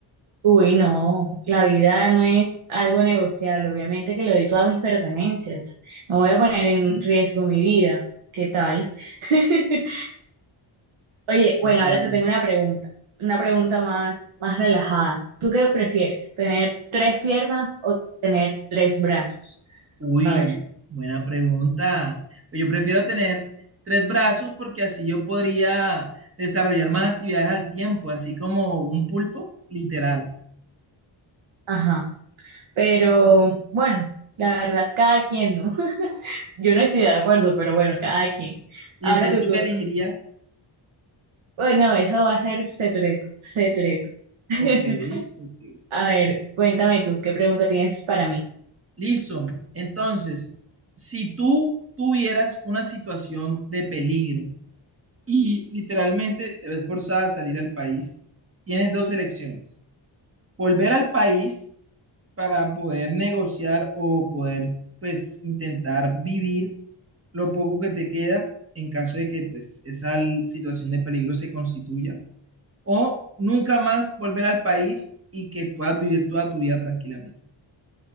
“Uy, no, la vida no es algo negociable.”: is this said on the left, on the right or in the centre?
Right